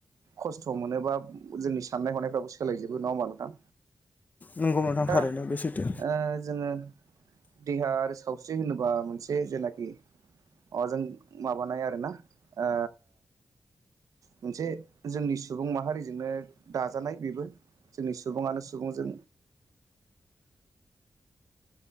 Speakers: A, on the right; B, on the left.
A: खस्थ' मोनोबा जोंनि साननाय हनायफ्राबो सोलायजोबो नङा होमबा नोंथां
B: नंगौ नोंथां
A: दा
B: थारैनो
A: ओ
B: बे सैथो
A: जोङो देहा आरो सावस्रि होनोबा मोनसे जेनाखि माबाजों माबानाय आरोना ओ मोनसे जोंनि सुबुं माहारिजोंनो दा जानाय बेबो जोंनि सुबुङानो सुबुंजों